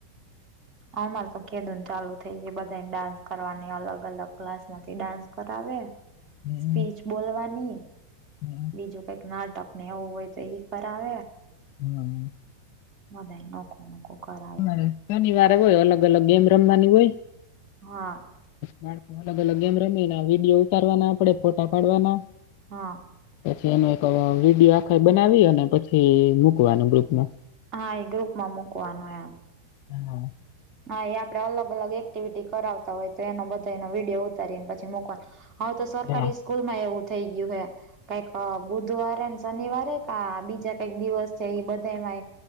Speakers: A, on the right; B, on the left.
A: અમારે તો કેદું ને ચાલુ થઈ ગ બધાને ડાન્સ કરવાની અલગ અલગ ક્લાસ માંથી ડાન્સ કરાવે.
B: હમ,
A: સ્પીચ બોલવાની.
B: હમ.
A: બીજું કઈક નાટક ને એવું હોય તો એ કરાવે.
B: હમ
A: બધાય નોખું નોખું કરાવે.
B: રે. શનિવારે હોય અલગ અલગ ગેમ રમવાની હોય.
A: હા.
B: બાળ અલગ અલગ ગેમ રમીને વિડીયો ઉતારવાના આપડે ફોટા પાડવાના.
A: હા.
B: પછી એનો એક વિડીયો આખા બનાવી અને પછી મૂકવાનું ગૃપમાં.
A: હા એ ગ્રુપમાં મુૂકવાનો એમ.
B: હા.
A: હા એ આપણે અલગ અલગ એક્ટિવિટી કરાવતા હોય તો એનો બધા એનો વિડીયો. તરીને પછી મોકવાનું હવે તો સરકારી
B: હા.
A: સ્કૂલ માં એવું થઈ ગયું હે. કઈક બુધવારેને શનિવારે કા બીજા કઈક દિવસ છે એઈ બધામાંય.